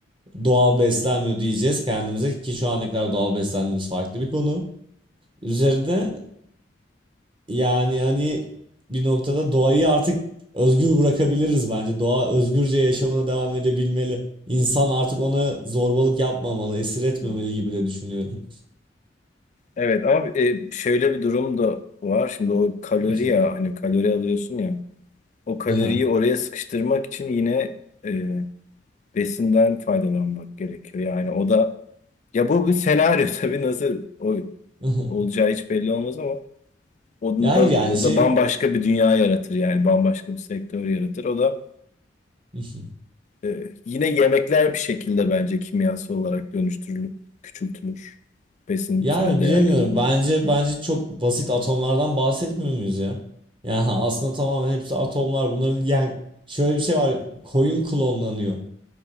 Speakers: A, on the right; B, on the left.
A: doğal beslenmiyor diyeceğiz kendimize ki şu ana kadar doğal beslendiğimiz farklı bir konu. Üzerinde yani hani bir noktada doğayı artık özgür bırakabiliriz bence. Doğa özgürce yaşamına devam edebilmeli. İnsan artık ona zorbalık yapmamalı, esir etmemeli
B: hı.
A: gibi de düşünüyorum.
B: Evet ama e, şöyle bir durum da var. Şimdi o kalori
A: <laughs>
B: ya hani kalori alıyorsun ya. O kaloriyi
A: Aha,
B: oraya sıkıştırmak için yine e, besinden faydalanmak gerekiyor. Yani o da ya bu bir senaryo <laughs> tabii nasıl o,
A: aha.
B: olacağı hiç belli olmaz ama Onun
A: Ya hayır
B: da,
A: yani
B: o
A: şey
B: da bambaşka bir dünya yaratır yani bambaşka bir sektör yaratır. O da
A: <laughs>
B: e, yine yemekler bir şekilde bence kimyasal olarak dönüştürülüp küçültülür besinsel
A: yani
B: değerleri.
A: bilemiyorum.
B: ama.
A: Bence bence çok basit atomlardan bahsetmiyor muyuz ya? Yani aslında tamamen hepsi atomlar. Bunların yani şöyle bir şey var. Koyun klonlanıyor.